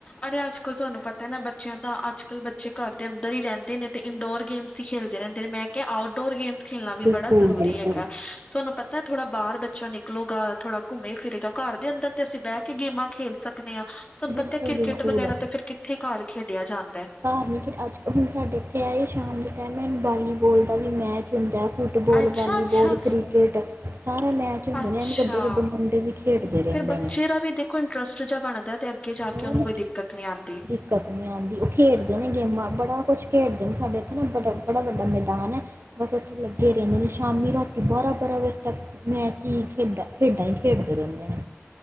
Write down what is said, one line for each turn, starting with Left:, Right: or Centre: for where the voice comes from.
Left: ਅਰੇ ਅੱਜ ਕੱਲ ਤੁਹਾਨੂੰ ਪਤਾ ਨਾ ਬੱਚਿਆਂ ਦਾ, ਅੱਜ ਕੱਲ੍ਹ ਬੱਚੇ ਘਰ ਦੇ ਅੰਦਰ ਹੀ ਰਹਿੰਦੇ ਨੇ, ਤੇ ਇੰਡੋਰ ਗੇਮਸ ਹੀ ਖੇਲਦੇ ਮੈਂ ਕਿਹਾ ਆਊਟਡੋਰ ਗੇਮਸ ਖੇਡਣਾ ਵੀ
Right: ਬਿਲਕੁਲ
Left: ਬੜਾ ਜ਼ਰੂਰੀ
Right: ਬਿਲਕੁਲ
Left: ਹੈਗਾ। ਤੁਹਾਨੂੰ ਪਤਾ ਹੈ ਥੋੜਾ ਬਾਹਰ ਬੱਚਾ ਨਿਕਲੂਗਾ, ਥੋੜਾ ਘੁੰਮੇ ਫਿਰੇਗਾ, ਘਰ ਦੇ ਅੰਦਰ ਤੇ ਅਸੀਂ ਬਹਿ ਕੇ ਗੇਮਾਂ ਖੇਲ ਸਕ ਹਾਂ ਤੁਹਾਨੂੰ
Right: ਬਿਲਕੁਲ
Left: ਪਤਾ ਕ੍ਰਿਕਟ
Right: ਬਿਲਕੁਲ
Left: ਵਗੈਰਾ ਤੇ ਫੇਰ ਕਿੱਥੇ ਘਰ ਖੇਡਿਆ ਜਾਂਦਾ।
Right: ਘਰ ਨਹੀਂ ਕਿ ਅੱਜ ਕਲ ਹੁਣ ਸਾਡੇ ਇੱਥੇ ਆਏ ਸ਼ਾਮ ਦੇ ਟਾਈਮ ਹੈ ਵਾਲੀਬੋਲ ਦਾ ਵੀ ਮੈਚ ਹੁੰਦਾ ਫੁੱਟਬੋਲ
Left: ਅੱਛਾ-ਅੱਛਾ,
Right: ਵਾਲੀਬੋਲ ਕ੍ਰਿਕਟ ਸਾਰਾ ਮੈਚ ਹੁੰਦੇ
Left: ਅੱਛਾ,
Right: ਨੇ ਐਨ ਵੱਡੇ ਵੱਡੇ ਮੁੰਡੇ ਵੀ ਖੇਡਦੇ ਰਹਿੰਦੇ
Left: ਫੇਰ ਬੱਚੇ
Right: ਨੇ
Left: ਦਾ ਵੀ ਦੇ ਕੋਈ ਇੰਨਟਰਸਟ ਜਾ ਬਣਦੈ 'ਤੇ ਅੱਗੇ ਜਾ
Right: ਹੋਰ
Left: ਕੇ ਉਨੂੰ ਕੋਈ ਦਿੱਕਤ ਨੀ ਆਂਦੀ।
Right: ਦਿੱਕਤ ਨੀ ਆਂਦੀ ਓ ਖੇਡਦੇ ਨੇ ਗੇਮਾਂ ਬੜਾ ਕੁਛ ਖੇਡਦੇ ਨੇ ਸਾਡੇ ਐਥੇ ਨਾ ਬੜਾ, ਬੜਾ ਵੱਡਾ ਮੈਦਾਨ ਐ। ਬਸ ਉੱਥੇ ਲੱਗੇ ਰੈਂਦੇ ਨੇ ਸ਼ਾਮੀ ਰਾਤੀ ਬਾਰਾਂ-ਬਾਰਾਂ ਵਜੇ ਤੱਕ। ਮੈਚ ਈ ਖੇਡਾਂ, ਖੇਡਾਂ ਈ ਖੇਡਦੇ ਰੈਂਦੇ ਨੇ।